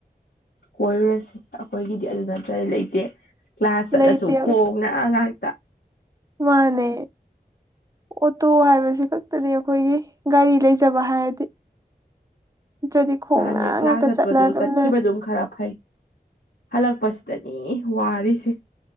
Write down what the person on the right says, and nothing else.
ꯂꯩꯇꯦꯕ
ꯃꯥꯅꯦ ꯑꯣꯇꯣ ꯍꯥꯏꯕꯁꯤ ꯈꯛꯇꯅꯤ ꯑꯩꯈꯣꯏꯒꯤ ꯒꯥꯔꯤ ꯂꯩꯖꯕ ꯍꯥꯏꯔꯗꯤ <unintelligible>
ꯉꯥꯛꯇ
ꯆꯠꯂ ꯑꯗꯨꯝ
ꯂꯩꯔꯦ